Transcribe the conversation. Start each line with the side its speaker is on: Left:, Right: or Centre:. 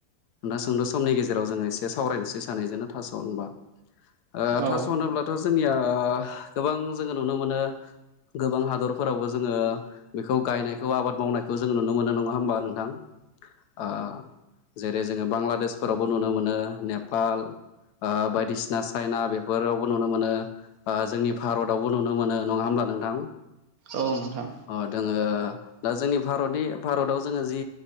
Left: होना सोंद' समनि गेजेराव जोङो एसे सावरायनोसै सानैजोंनो थास' होनबा ओ
Right: औ
Left: थास' होनोब्लाथ' जोंनिया ओ गोबां जोङो नुनो मोनो गोबां हादरफोरावबो जोङो बेखौ गायनाय स' आबाद मावनायखौ जों नुनो मोनो नङा होमबा नोंथां? ओ जेरै जोङो बांलादेशफोरावबो नुनो मोनो नेपाल ओ बायदिसिना चाइना बेफोरावबो नुनो मोनो ओ जोंनि भारतावबो नुनो मोनो नङा होमबा नोंथां?
Right: औ नोंथां
Left: अ दोङो ओ जोंनि भारतनि भारताव जोङो जि